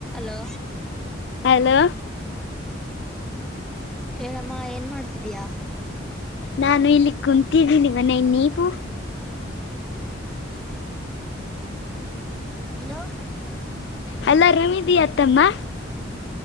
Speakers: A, in the centre; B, on the left.
A: Hello.
B: Hello.
A: ಹೇಳಮ್ಮ ಏನ್ ಮಾಡ್ತಿದೀಯ.
B: ನಾನು ಇಲ್ಲಿ ಕುಂತಿದ್ದೀನಿ ಮನೆಗೆ ನೀವು.
A: ಹಲೋ.
B: ಹಲೋ ಆರಾಮಿದಿಯ ಅತ್ತಮ್ಮ.